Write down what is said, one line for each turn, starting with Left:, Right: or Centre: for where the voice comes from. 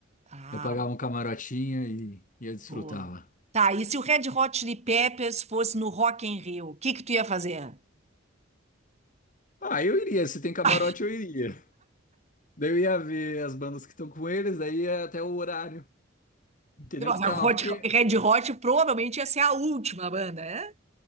Right: Ah.
Left: Eu pagava um camarotinho e ia desfrutar
Right: Boa.
Left: lá.
Right: Tá, e se o Red Hot Chili Peppers fosse no Rock in Rio, o que que tu ia fazer?
Left: Ah, eu iria. Se tem camarote,
Right: <laughs>
Left: eu iria. Daí eu ia ver as bandas que estão com eles, daí ia até o horário, entendeu?
Right: Nossa,
Left: Que tá
Right: Hot-
Left: lá, porque.
Right: Red Hot provavelmente ia ser a última banda, né?